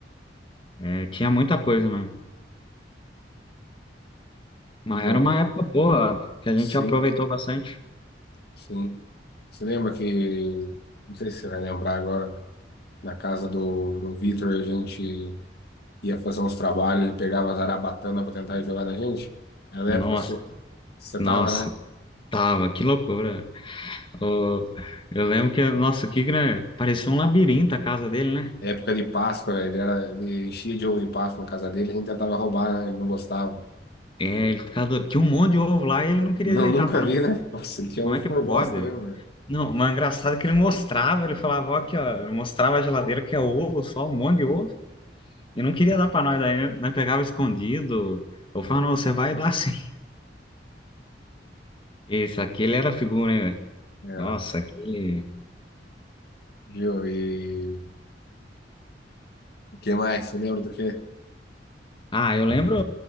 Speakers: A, on the left (about 30°); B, on the left (about 60°).
A: é, tinha muita coisa mesmo. Mas
B: Viu?
A: era uma época boa, que a
B: Sim,
A: gente aproveitou bastante.
B: sim. Você lembra que, não sei se você vai lembrar agora, Na casa do, do Vitor, a gente ia fazer uns trabalhos, ele pegava as arabatanas para tentar jogar na gente. Era
A: Nossa,
B: época sua. Você
A: nossa,
B: tava, né?
A: tava, que loucura. Ô, eu lembro que, nossa, que grande, parecia um labirinto a casa dele, né?
B: Época de Páscoa, ele era, ele enchia de ovo de Páscoa na casa dele, a gente tentava roubar, né? Ele não gostava.
A: É, ele ficava, do- tinha um monte de ovo lá e ele não queria
B: Não,
A: ajeitar
B: <laughs> nunca
A: pra
B: vi, né? Nossa, ele tinha
A: Como
B: ovo
A: é que
B: por
A: pode?
B: bosta mesmo, velho.
A: Não, mas é engraçado que ele mostrava, ele falava, ó, aqui, ó, eu mostrava a geladeira que é ovo, só um monte de ovo, e não queria dar pra nós, daí nós pegava escondido. Eu falava, não, você vai dar sim. Isso, aquele era figura, hein, velho?
B: Era.
A: Nossa, aquele.
B: Viu? E o que mais? Você lembra do quê?
A: Ah, eu lembro,